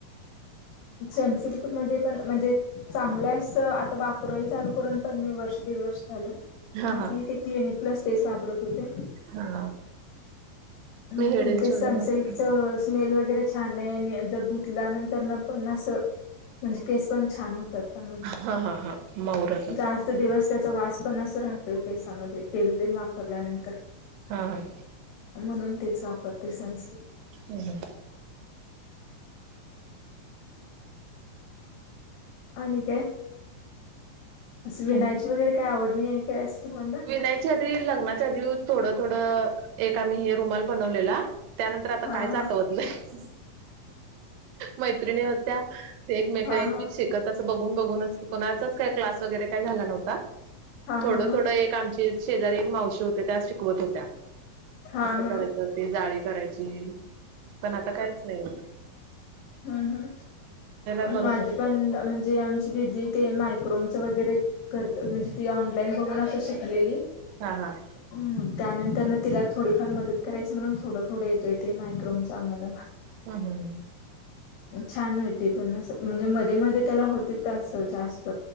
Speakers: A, on the left; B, on the right.
A: सनसिल्कमधे पण म्हणजे चांगलं आहे आस आता वापराला चालू करून पण मी वर्ष दीड वर्ष झालं.
B: हा हा.
A: आधी ते क्लिनिक प्लस तेच वापरत होते.
B: हा
A: हू
B: मी हेड
A: पण
B: अँड
A: ते
B: शोल्डर
A: सनसिल्कचं
B: वापरते.
A: स्मेल वगैरे छान आहे. आणि जर धुतल्यानंतरन पण आसं म्हणजे केस पण छान होतात.
B: हा हा हा मऊराचा
A: <unintelligible> जा स्त दिवस त्याचा वास पण अस राहतोय केसामध्ये तेल तेन वापरल्यानंतर.
B: हा हा,
A: म्हणून तेच वापरते सनसिल्क.
B: हुं हुं,
A: आणि काय? असं विनायची
B: आणि
A: वगैरे काय आवड नाही आहे काय असं तुम्हाना?
B: विणायची आधी लग्नाच्या आधी थोडं थोडं एक आम्ही हे रुमाल बनवलेला, त्यानंतर आता
A: हा
B: कायच
A: हा
B: आठवत नाही. मैत्रिणी होत्या ते एकमेका
A: हा
B: एकमेक
A: हा
B: शिकत तसं बघून बघूनच की कोणाचाच काय क्लास वगैरे काय झाला नव्हता.
A: हां
B: थोडं
A: हां हां
B: थोडं एक आमचे शेजारी एक मावशी होत्या त्याच शिकवत होत्या,
A: हा
B: असं
A: हा
B: कराय तर ते जाळी करायची. पण आता काहीच नाय ये
A: हूं हूं
B: बनवताय.
A: माझी पण म्हणजे आम दिदी ते मायक्रोमच वगैरे करत म्हणजे ती ऑनलाईन बघून असं शिकलेली
B: हां हां
A: हम्म त्यानंतर ना तिला थोडीफार मदत करायची, म्हणून थोडं थोडं येतोय ते मायक्रोमच आम्हाला
B: हूं हूं हूं
A: छान होते, पण अस म्हणजे मध्ये मध्ये त्याला होते तास जास्त